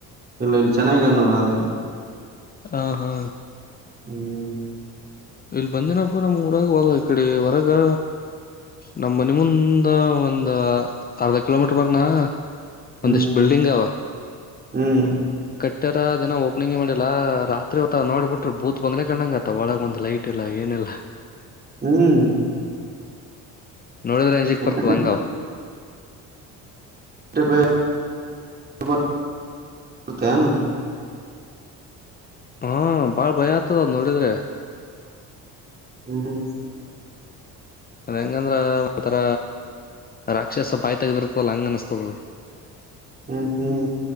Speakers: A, on the right; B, on the left.
A: ಇಲ್ಲ ಇಲ್ಲಿ ಚೆನ್ನಾಗ್ ನೋಡ ಆದ್ರೆ
B: ಹ ಹಾ
A: ಹ್ಮ್
B: ಇಲ್ ಬಂದನಪ್ಪು ನಮ್ ಊರಾಗ ಹೋದ ಇಕಡೆ ಹೊರಗ ನಮ್ ಮನ ಮುಂದ ಒಂದ್ ಅರ್ಧ ಕಿಲೋಮೀಟರ್ ಬರನ
A: ಹ್ಮ್
B: ಒಂದಿಷ್ಟು ಬಿಲ್ಡಿಂಗ್ ಅವವಾ
A: ಹ್ಮ್
B: ಕಟ್ಟ್ಯರ ದಿನ ಓಪನಿಂಗ್ ಮಾಡಿಲ್ಲಾ ರಾತ್ರಿ ಹೊತ್ತ ನೋಡಿಬಿಟ್ರರು ಬೂತ್ ಬಂಗನೆ ಕಣಂಗತ್ತ ಒಳಗ ಒಂದು ಲೈಟ್ ಇಲ್ಲ ಏನಿಲ್ಲ
A: ಹ್ಮ್
B: ನೋಡಿದ್ರೆ ಅಂಜಿಕ್
A: ಅಂತಟಿ
B: ಬರ್ತದ ಹಂಗವ
A: ಪ
B: ಹಾ ಬಾಳ್ ಭಯ ಆಗ್ತದ ಅದ್ ನೋಡಿದ್ರೆ
A: ಎಡು
B: ಅ ಹೆಂಗಂದ್ರ ಒತರ ರಾಕ್ಷಸ ಬಾಯಿ ತೆಗ್ದಿರ್ತಲ್ಲ ಹಂಗ ಅನಸ್ತದ
A: ಹ್ಮ್ ಹ್ಮ್